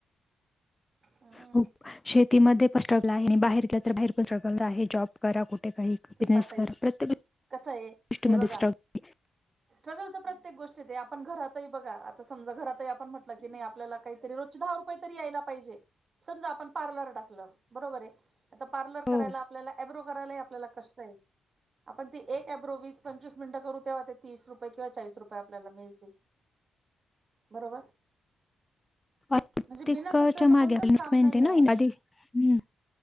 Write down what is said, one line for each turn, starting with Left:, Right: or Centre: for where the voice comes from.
Right: हां
Left: खुप शेतीमध्ये पण स्ट्रगल आहे आणि बाहेर गेल तर बाहेर पण स्ट्रगल आहे जॉब करा कुठे काही
Right: कृपाताई
Left: बिझनेस करा प्रत्येक
Right: कसं आहे हे
Left: गोष्टीमध्ये
Right: बघा
Left: स्ट्रगल
Right: स्ट्रगल तर प्रत्येक गोष्टीत आहे आपण घरातही बघा आता समजा घरातही आपण म्हटलं की नाही आपल्याला काहीतरी रोज रोजचे दहा रुपये तरी यायला पाहिजेत, समजा आपण पार्लर टाकल बरोबर आहे आता पार्लर
Left: हो
Right: करायला आपल्याला अब्रो करायला ही आपल्याला कष्ट आहे आपण ती एक ॲब्रो वीस पंचवीस मिनिट करु तेव्हा ते तीस रुपये किंवा चाळीस रुपये आपल्याला मिळतील बरोबर?
Left: प्रत्येकाच्या
Right: म्हणजे बिना कष्टाचं
Left: मागे
Right: कोणतंच
Left: इन्व्हेस्टमेंट
Right: काम नाहीये
Left: आहे ना
Right: ओ.
Left: इन- आधी हम्म.